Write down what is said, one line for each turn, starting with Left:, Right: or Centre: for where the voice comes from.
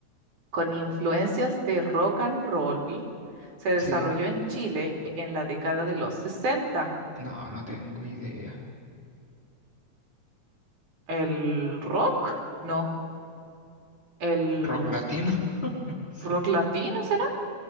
Right: con influencias de rock and roll se desarrolló
Left: Sí,
Right: en Chile en la década de los sesenta?
Left: no, no tengo idea.
Right: ¿El rock? No. ¿El
Left: Rock latino, <laughs> no sé,
Right: rock latino será?